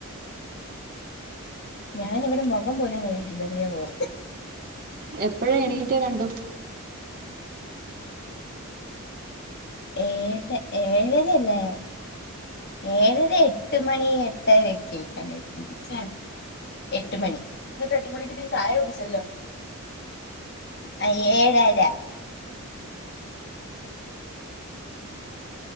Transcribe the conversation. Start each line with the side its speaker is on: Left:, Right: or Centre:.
Left: ഞാൻ ഇവിടെ മോഹം പോലും കഴികിട്ടില്ല അറിയാമോ
Right: എപ്പോഴാ എണീറ്റേ രണ്ടും
Left: ഏഴ് ഏഴരല്ലേ ഏഴര എട്ട് മണി എട്ടര യൊക്കെ യായി എട്ട് മണി ഇന്നെട്ട് എട്ട് മണിക്ക് നീ ചായ കുടിച്ചല്ലോ. അ ഏഴര